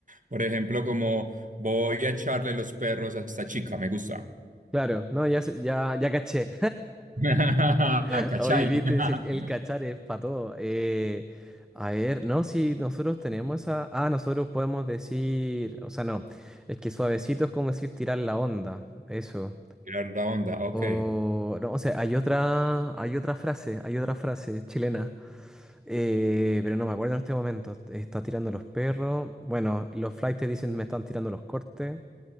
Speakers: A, on the right; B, in the centre.
A: Por ejemplo, como voy a echarle los perros a esta chica, me gusta.
B: Claro, no, ya, se- ya, ya caché.
A: <laughs>
B: <laughs>
A: ¿Cachai?
B: Oye, ¿viste?
A: <laughs>
B: Si el, el cachar es para todo. Eh, a ver, no, si nosotros tenemos esa... Ah, nosotros podemos decir... O sea, no, es que suavecito es como decir tirar la onda, eso.
A: Tirar la onda, ok.
B: O, no, o sea, hay otra, hay otra frase, hay otra frase chilena, eh, pero no me acuerdo en este momento. Está tirando los perros. Bueno, los flightes dicen me están tirando los cortes.